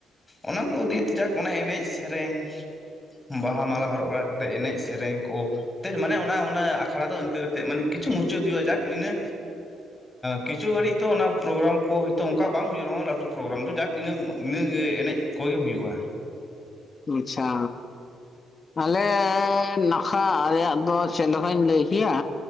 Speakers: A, on the left; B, on the left.
A: ᱚᱱᱟ ᱠᱚ ᱫᱤᱭᱟᱛᱮ ᱡᱟᱠ ᱚᱱᱟ ᱮᱱᱮᱡ ᱥᱮᱨᱮᱧ ᱵᱟᱦᱟ ᱢᱟᱞᱟ ᱦᱚᱨᱚᱜ ᱵᱟᱲᱟ ᱠᱟᱛᱮᱫ ᱮᱱᱮᱡ ᱥᱮᱨᱮᱧ ᱠᱚ ᱢᱟᱱᱮ ᱚᱱᱟ ᱚᱱᱟ ᱟᱠᱷᱲᱟ ᱫᱚ ᱤᱱᱠᱟᱹ ᱛᱮᱜ ᱢᱟᱱᱮ ᱠᱤᱪᱷᱩ ᱢᱩᱪᱟᱹᱫ ᱦᱩᱭᱩᱜᱼᱟ ᱡᱟᱠ ᱤᱱᱟᱹ ᱠᱤᱪᱷᱩ ᱜᱷᱟᱹᱲᱤᱡ ᱛᱚ ᱚᱱᱟ ᱯᱨᱳᱜᱨᱟᱢ ᱠᱚ ᱦᱳᱭᱛᱳ ᱚᱱᱠᱟ ᱵᱟᱝ ᱦᱩᱭᱩᱜ ᱨᱮᱦᱚᱸ ᱞᱟᱹᱴᱩ ᱯᱨᱳᱜᱨᱟᱢ ᱫᱚ ᱡᱟᱠ ᱤᱱᱟᱹ ᱤᱱᱟᱹᱜᱮ ᱮᱱᱮᱡ ᱠᱚᱜᱮ ᱦᱩᱭᱩᱜᱼᱟ᱾
B: ᱟᱪᱪᱷᱟ ᱟᱞᱮ ᱱᱟᱠᱷᱟ ᱨᱮᱭᱟᱜ ᱫᱚ ᱪᱮᱫ ᱞᱮᱠᱟᱧ ᱞᱟᱹᱭ ᱠᱮᱭᱟ᱾